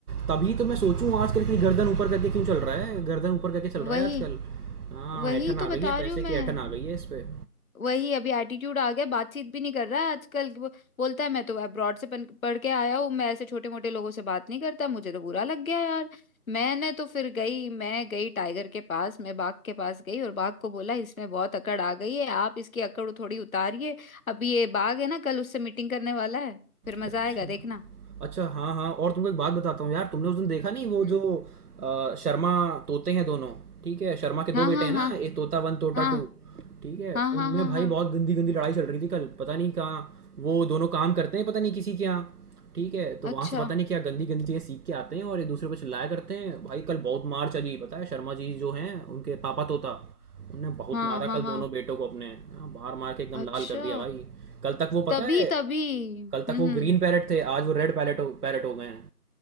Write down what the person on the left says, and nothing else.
वही
वही
तो बता
रही हूँ मैं
वही अभी एटीट्यूड आ गया बातचीत भी नहीं कर रहा है आजकल वो बोलता है मैं तो अब्रॉड से पन- पढ़ के आया हूँ मैं ऐसे छोटे मोटे लोगों से बात नहीं करता मुझे तो बुरा लग गया यार मैंने तो फिर गई मैं गई टाइगर के पास मैं बाघ के पास गई और बाघ को बोला इसमें बहुत अकड़ आ गई है आप इसकी अकड़ थोड़ी उतारिए अभी ये बाघ है ना कल उससे मीटिंग करने वाला है फिर
मजा आएगा देखना
हम्म,
हाँ
हाँ
हाँ
हाँ
हाँ
हाँ हाँ
हाँ
अच्छा
हाँ
हाँ
हाँ
अच्छा
तभी
तभी हम्म
हम्म।